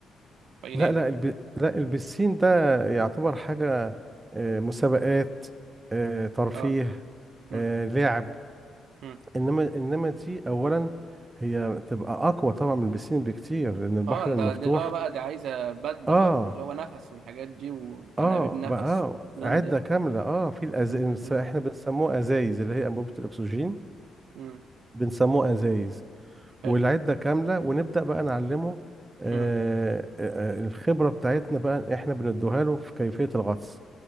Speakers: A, on the right; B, on the right.
A: في اي
B: لا
A: نادي
B: لا الب... لا البسين ده يعتبر حاجة آه، مسابقات آه، ترفيه
A: اه مم.
B: آه، لعب
A: مم.
B: انما انما دي اولا هي تبقى اقوى طبعا من البسين بكتير لان البحر
A: اه
B: المفتوح
A: ده ده اللي هو بقى دي عايزه بدله
B: اه
A: بقى واللي هو نفس والحاجات دي وانابيب
B: اه
A: نفس
B: بقى آه
A: والكلام
B: عدة
A: ده
B: كاملة اه في الأز...
A: مم.
B: احنا بنسموه ازايز اللي هي انبوبة الاكسجين
A: مم.
B: بنسموه ازايز
A: حلو
B: والعدة كاملة ونبدأ بقى نعلمه آه
A: مم.
B: آه آه، الخبرة بتاعتنا بقى احنا بندوها له في كيفية الغطس